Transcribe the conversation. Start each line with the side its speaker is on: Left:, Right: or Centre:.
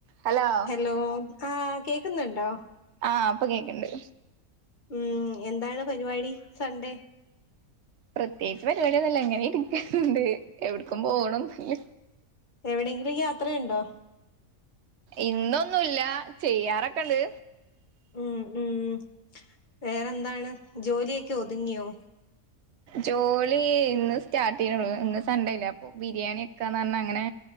Right: ഹലോ
Left: ഹലോ ആഹ് കേക്കുന്നുണ്ടോ
Right: ആഹ് അപ്പ കേക്ക്ണ്ട്
Left: ഉം എന്താണ് പരിപാടി സൺഡേ
Right: പ്രത്യേകിച്ച് പരിപാടിയൊന്നില്ല ഇങ്ങനെ ഇരിക്ക്ണുണ്ട് എവിട്ക്കും പോണൊന്നില്ല
Left: എവിടെങ്കിലും യാത്രയുണ്ടോ
Right: ഇന്നൊന്നുംല്ല ചെയ്യാറൊക്കെണ്ട്
Left: ഉംഹ് ഉംഹ് വേറെന്താണ് ജോലിയക്കെ ഒതുങ്ങിയോ
Right: ജോലി ഇന്ന് സ്റ്റാർട്ട് ചെയ്തെ ഉള്ളു ഇന്ന് സൺഡേല്ലേ അപ്പൊ ബിരിയാണി എക്കാന്ന് പറഞ്ഞ് അങ്ങനെ